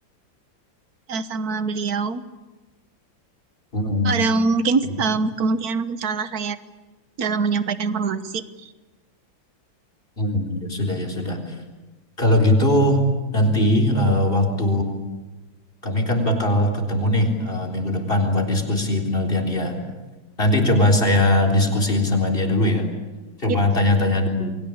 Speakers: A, on the right (about 55°); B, on the left (about 30°).
A: eh, sama beliau
B: Hmm.
A: ada mungkin
B: Ya,
A: em, kemungkinan mungkin salah saya dalam menyampaikan informasi
B: hmm. Ya sudah, ya sudah. Kalau gitu nanti eh, waktu kami kan bakal ketemu nih eh, minggu depan buat diskusi penelitian dia. Nanti coba saya diskusiin sama dia dulu ya. Coba
A: ya
B: tanya-tanya dulu.